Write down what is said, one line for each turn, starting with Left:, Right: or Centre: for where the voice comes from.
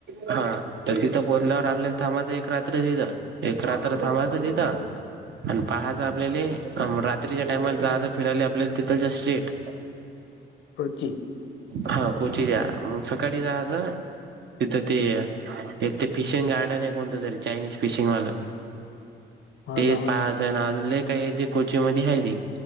Right: हा तर तिथं पोचल्यावर आपल्याला थांमाच एक रात्र दििथ. एकरा तर्र थांबायचं तिथं आणि पहा. आपल्या रात्रीच्या टामला जाज फिरायला आपल्याला तथच्या स्ट्रेट.
Left: होची.
Right: हा कोची या म सकाळी जा तिथं ते एक ते फिशिंग गार्डन आहे कोणतं तरी चायनीज फिशिंग वालं.
Left: हो
Right: तेच
Left: ना हो
Right: पाच आहे ना अजून. काय हे जे कोची मध्ये आहे र